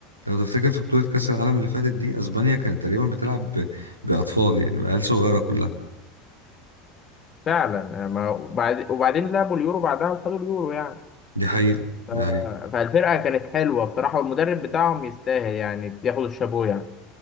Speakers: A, on the right; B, on the left.
A: لو تفتكر في بطوله كاس العالم اللي فاتت دي اسبانيا كانت تقريبا بتلعب ب... باطفال يعني بعيال صغيره كلها
B: فعلا آه، ما- وبعد- وبعدين لعبوا اليورو بعدها وخدوا اليورو يعني
A: دي حقيقه
B: ف-
A: دي حقيقه
B: فالفرقه كانت حلوه بصراحه والمدرب بتاعهم يستاهل يعني ياخد الشابو يعني